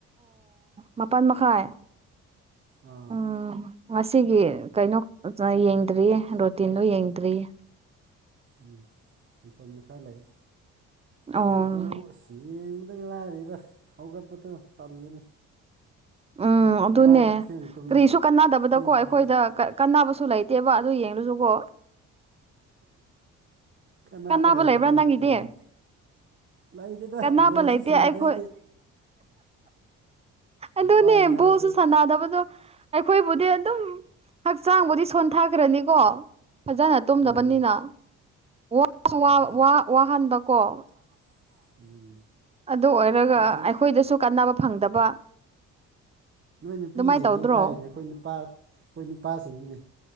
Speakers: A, on the right; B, on the right.
A: ꯃꯄꯟ ꯃꯈꯥꯏ
B: ꯑꯥ
A: ꯎꯝ ꯉꯁꯤꯒꯤ ꯀꯩꯅꯣ <unintelligible> ꯌꯦꯡꯗ꯭ꯔꯤꯌꯦ ꯔꯣꯇꯤꯟꯗꯣ ꯌꯦꯡꯗ꯭ꯔꯤꯌꯦ
B: ꯎꯝ ꯃꯄꯟ ꯃꯈꯥꯏ ꯂꯩ ꯈꯪꯗꯦ
A: ꯑꯣ
B: ꯕꯣꯜ ꯑꯁ ꯌꯦꯡꯕꯗꯤ ꯂꯥꯏꯔꯤꯗ ꯍꯧꯒꯠꯄꯗꯨ ꯇꯜꯂꯤꯅꯦ
A: ꯎꯝ ꯑꯗꯨꯅꯦ
B: ꯉꯔꯥꯡꯁꯨ ꯊꯦꯡ ꯇꯨꯝꯃꯦ
A: ꯀꯔꯤꯁꯨ ꯀꯥꯟꯅꯗꯕꯗꯀꯣ
B: ꯊꯦꯡ
A: ꯑꯩꯈꯣꯏꯗ
B: ꯇꯨꯝꯃꯦ
A: ꯀꯥꯟꯅꯕꯁꯨ ꯂꯩꯇꯦꯕ ꯑꯗꯨ ꯌꯦꯡꯂꯁꯨꯀꯣ
B: ꯀꯅꯥꯕ
A: ꯀꯥꯟꯅꯕ
B: ꯂꯩꯇꯕꯒꯤꯅꯤ
A: ꯂꯩꯕ꯭ꯔꯥ ꯅꯪꯒꯤꯗꯤ
B: ꯑꯗꯨꯒꯤꯅꯤ ꯂꯩꯇꯧꯗ
A: ꯀꯥꯟꯅꯕ
B: ꯕꯣꯁꯨ
A: ꯂꯩꯇꯦ
B: ꯁꯅꯥꯗꯦ
A: ꯑꯩꯈꯣꯏ
B: ꯑꯩꯗꯤ
A: ꯑꯗꯨꯅꯦ
B: ꯅꯨꯄꯥꯅꯤ ꯍꯥꯏ
A: ꯕꯣꯜꯁꯨ
B: ꯑꯩꯈꯣꯏ
A: ꯁꯥꯟꯅꯥꯗꯕꯗꯣ ꯑꯩꯈꯣꯏꯕꯨꯗꯤ ꯑꯗꯨꯝ ꯍꯛꯆꯥꯡꯕꯨꯗꯤ ꯁꯣꯟꯊꯈ꯭ꯔꯅꯤꯀꯣ ꯐꯖꯅ ꯇꯨꯝꯗꯕꯅꯤꯅ
B: ꯎꯝ
A: ꯋꯥꯁꯨ
B: ꯎꯝ
A: ꯋꯥ ꯋꯥꯍꯟꯕꯀꯣ
B: ꯎꯝ
A: ꯑꯗꯨ ꯑꯣꯏꯔꯒ
B: ꯑꯩꯈꯣꯏꯗꯤ
A: ꯑꯩꯈꯣꯏꯗꯁꯨ ꯀꯥꯟꯅꯕ ꯐꯪꯗꯕ
B: ꯅꯣꯏ ꯅꯨꯄꯤꯁꯤꯡꯗꯤ
A: ꯑꯗꯨꯃꯥꯏꯅ ꯇꯧꯗ꯭ꯔꯣ
B: ꯂꯥꯏꯔꯤꯅꯦ ꯑꯩꯈꯣꯏ ꯅꯨꯄꯥ ꯑꯩꯈꯣꯏ ꯅꯨꯄꯥꯁꯤꯡꯅꯤꯅꯦ